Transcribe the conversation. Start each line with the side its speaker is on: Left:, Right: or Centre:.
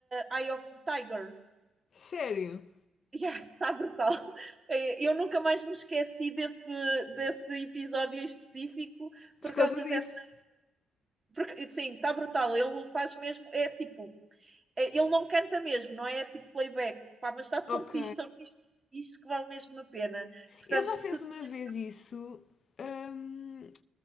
Right: Eye of the Tiger. <laughs>
Left: Sério?
Right: Yeah, está brutal. Eh, Eu nunca mais me esqueci desse, desse episódio específico
Left: Por
Right: por
Left: causa
Right: causa
Left: disso.
Right: dessa porque, sim, está brutal. Ele faz mesmo, é tipo, é- ele não canta mesmo, não é tipo playback, pá, mas está tão
Left: Ok.
Right: fixe, tão fixe, tão fixe que vale mesmo a pena. Portanto,
Left: Ele já
Right: se
Left: fez
Right: te
Left: uma
Right: lembro
Left: vez isso hum,